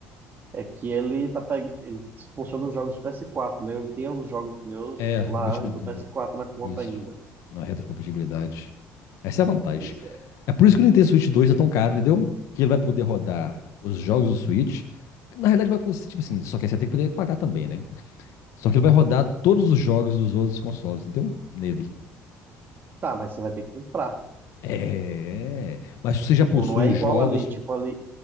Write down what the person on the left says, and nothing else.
É,
compatibilidade.
Isso.
Não é retrocompatibilidade. Essa é a vantagem.
É por isso que o Nintendo Switch 2 é tão caro, entendeu? Que ele vai poder rodar os jogos do Switch. que Na realidade, vai, poder- tipo assim, só que você tem que poder pagar também, né? Só que ele vai rodar todos os jogos dos outros consoles, entendeu? Nele.
É. Mas se você
já possui
os jogos